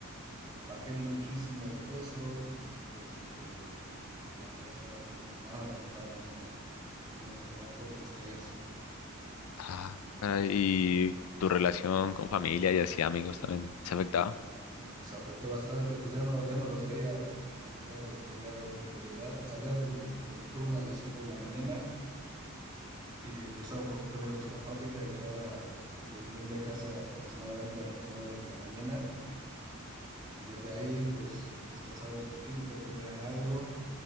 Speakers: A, on the right (about 20°); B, on the left (about 80°).
A: Bajé muchísimo de peso, este, y pues ya estaba como a nada de entrar a una, a una enfermedad por el estrés.
B: Ah, caray, y tu relación con familia y así amigos también se afectaba.
A: Se afectó bastante, pues ya no, ya no los veía, ya, ya no los podía ver porque llegaba, salía del- de mi turno a las 7 de la mañana y yo estaba un poquito lejos de la fábrica, llegaba a tu humilde casa aproximadamente a las 9 de la mañana y de ahí pues descansaba un poquito, comía algo